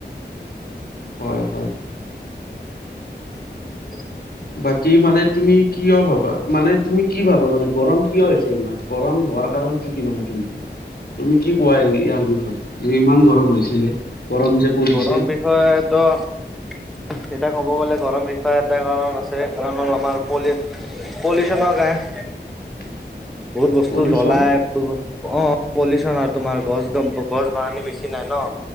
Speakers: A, on the left (about 55°); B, in the centre.
A: হয় হয়।
B: <inaudible>
A: বাকী মানে তুমি কিয় ভাবা মানে তুমি কি ভাবা মানে গৰম কিয় হৈছে ইমান গৰম হোৱাৰ কাৰণটো কি মানে তুমি তুমি কি কোৱা ইয়াৰ বিষয়ে যে ইমান গৰম হৈছিলে। গৰম যে পৰিছে
B: গৰম বিষয়ে তো এতিয়া ক'ব গ'লে, গৰম বিষয়ে এটা কাৰণ আছে। কাৰণ হ'ল আমাৰ পলি-পলিউচনৰ <unintelligible> <unintelligible>
A: <inaudible>
B: বহুত বস্তু
A: পলিউচন
B: জ্বলাই <unintelligible> অ'। পলিউচন আৰু তোমাৰ গছ, <unintelligible> বেছি নাই ন।